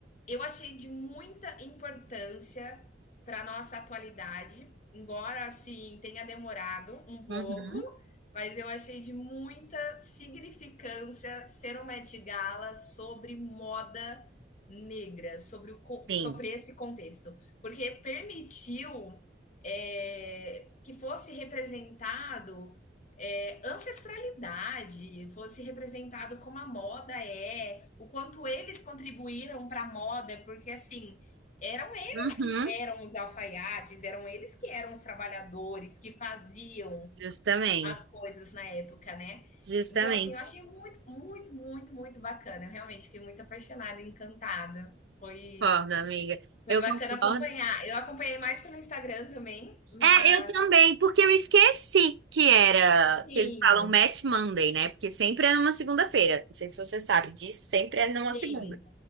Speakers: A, on the left (about 40°); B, on the right (about 85°).
A: eu achei de muita importância para nossa atualidade, embora assim tenha demorado um pouco,
B: Uhum.
A: mas eu achei de muita significância ser uma Met Gala sobre moda negra, sobre, o, co-
B: Sim.
A: sobre esse contexto, porque permitiu eh, que fosse representado é, ancestralidade fosse representado como a moda é, o quanto eles contribuíram para a moda, porque assim eram eles
B: Uhum.
A: que eram os alfaiates, eram eles que eram os trabalhadores que faziam
B: Justamente.
A: as coisas na época, né?
B: Justamente.
A: Então, assim, eu achei muito, muito, muito, muito bacana. Eu realmente fiquei muito apaixonada, encantada. Foi,
B: Concordo, amiga.
A: foi
B: Eu
A: bacana
B: concordo.
A: acompanhar. Eu acompanhei mais pelo Instagram também, mas
B: É, eu também, porque eu esqueci que era,
A: sim,
B: que eles falam Match Monday, né? Porque sempre é numa segunda-feira. Não sei se você sabe disso, sempre é numa
A: sim,
B: segunda.